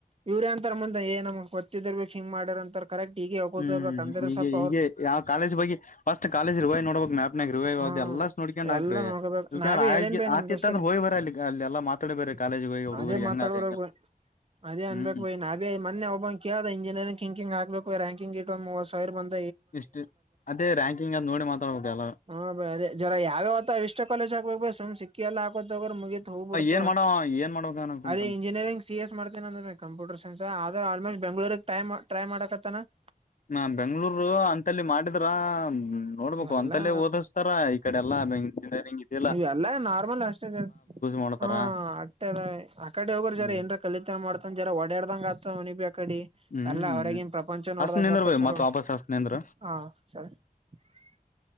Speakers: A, on the right; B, on the left.
A: ಇವ್ರೇ ಅಂತಾರ ಮಂದ ಏ ನಮ್ ಗೊತ್ತಿದರ್ಬೇಕ ಹಂಗ ಮಾಡಾರರ್ ಅಂತ ಕರೆಕ್ಟ್ ಈಗ ಹಗೋತೋಗಬೇಕಕ್
B: ಹ್ಮ್
A: ಅಂದ್ರೆ ಸ್ವಪ
B: ಈಗ ಯಾವ ಕಾಲೇಜ್ ಬಗ್ಗೆ ಫಸ್ಟ್ ಕಾಲೇಜ್ ರಿವಾಯ್ ನೋಡ್ಬಕ್ ಮ್ಯಾಪ್ನಾಗ ರಿವಾಯ
A: ಹ್ಮ್
B: ಅ ಎಲ್ಲಾ ನೋಡ್ಕೊಂಡು ಹಾಕ್ರ
A: ಎಲ್ಲಾ ನೋಡ್ಕೋಬೇಕ್
B: ಇಕಂದ್ರ
A: ನಾವೇ
B: ಆ
A: ಹೇಳೇನ್ ಬೈ ನಮ್
B: ಆತಿತ್ತ
A: ದೋಸ್ತರು
B: ಅಂದ್ರೆ ಹೋಗಿ ಬರ್ರ ಅಲ್ಲಿ ಅಲ್ಲಿ ಎಲ್ಲಾ ಮಾತಾಡಿ ಬರ ಕಾಲೇಜ್ ಹೋಗಿ ಅವಡ್
A: ಅದೇ
B: ಊರ್ ಹೆಂಗ
A: ಮಾತಾಡೋರಗ್
B: ಅದ ಹೆಂಗಲ್ಲ
A: ಬೈ
B: <inaudible>
A: ಅದೇ ಅನ್ಬೇಕಕ್
B: ಹ್ಮ್
A: ಬಯ ನಾ ಮನ್ನೆ ಒಬ ಕೇಳದ ಇಂಜಿನಿಯರಿಂಗ್ ಹಿಂಕಿಂಗ ಹಾಕ್ಬೇಕು ರಕಂಿಂಗ ಇವ್ ಸಾವಿರ್ ಬಂದು <inaudible>
B: ಇಷ್ಟು ಅದೇ ರ್ಯಾಂಕಿಂಗ್ ಅದ್ ನೋಡಿ ಮಾತಾಡ್ಬೋದ ಅಲ್ಲ <inaudible>
A: ಹಾ ಬ ಅದೇ ಜರ ಯಾವತ ಇಷ್ಟ ಕಾಲೇಜ್ ಹಾಬೇಕ ಬ ಸುಮ್ ಸಿಕ್ಕಿ ಎಲ್ಲ ಹಕತ ಹೋಗ್ರರು ಮುಗಿತತ್ ಹೋಗ್ಬ ಬಿಡ್ತ
B: ಏನ್ ಮಾಡವ
A: <inaudible>
B: ಏನ್ ಮಾಡ್ಬೇಕ ಅನ್ಕುಂತಾನ
A: ಅದೇ ಇಂಜಿನಿಯರಿಂಗ್ ಸಿ ಎಸ್ ಮಾಡ್ತೇನೆ ಅಂದ್ರೆ ಕಂಪ್ಯೂಟರ್ ಸೈನ್ಸ್ ಆದ್ರೆ ಆಲ್ಮೋಸ್ಟ್ <inaudible> ಟ್ರಟ್ರಮಾಡಕತ್ತನ <inaudible>
B: ನಾ ಬೆಂಗ್ಗಳೂರು <inaudible> ಅಂತಲ್ಲಿ ಮಾಡಿದ್ರ ನೋಡ್ಬೇಕು
A: ಎಲ್ಲಾ
B: ಅಂತಲ್ಲ ಓದಿಸ್ತಾರ ಈ ಕಡೆ ಎಲ್ಲಾ ಬೆಂಗ್ನಿಯರಿಂಗ್ <inaudible>
A: ನೀವ ಎಲ್ಲ ನಾರ್ಮಲ್ ಅಷ್ಟೇ ಜಾರ
B: ಮಾಡ್ತಾರ
A: ಹ ಅಷ್ಟ ಅದ ಆ ಕಡೆ ಹೋಗರು
B: ಹ್ಮ್
A: ಜಾರ ಏನ್ರ ಕಲಿತ <inaudible> ಮಾಡ್ತ ಜರ ಡಾಡ್ದಂಗ ಆತವನಿ ಬಿ ಅಕಡೆ
B: ಹ್ಮ್
A: ಎಲ್ಲ ಅವ್ರಗನ್ ಪ್ರಪಂಚ
B: ಹಸ್
A: ನೋಡ್ದಂಗ
B: ನಿಂದ್ರ
A: ಆತ
B: ಬೈ
A: ಚಲೋ
B: ಮತ್
A: <inaudible>
B: ವಾಪಸ್ ಹಸ್ ನಿಂದ್ರ
A: ಹಾ ಸರಿ <inaudible>